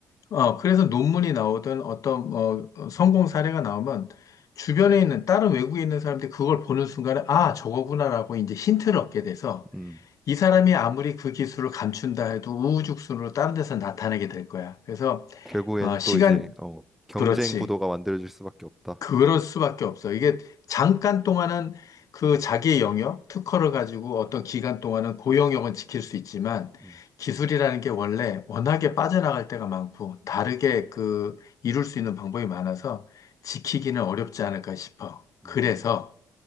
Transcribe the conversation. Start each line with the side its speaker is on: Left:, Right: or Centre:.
Left: 어, 그래서 논문이 나오든 어떤, 어, 어, 성공 사례가 나오면 주변에 있는, 다른 외국에 있는 사람들이 그걸 보는 순간에, 아, 저거구나라고 이제 힌트를 얻게 돼서
Centre: 음
Left: 이 사람이 아무리 그 기술을 감춘다 해도 우후죽순으로 다른 데서 나타나게 될 거야. 그래서,
Centre: 결국에는
Left: 어, 시간,
Centre: 또 이제 어 경쟁
Left: 그렇지.
Centre: 구도가 만들어질 수밖에 없다.
Left: 그럴 수밖에 없어. 이게 잠깐 동안은 그 자기의 영역, 특허를 가지고 어떤 기간 동안은 고 영역은 지킬 수 있지만
Centre: 음.
Left: 기술이라는 게 원래 워낙에 빠져나갈 때가 많고 다르게 그 이룰 수 있는 방법이 많아서 지키기는 어렵지 않을까 싶어. 그래서
Centre: 음.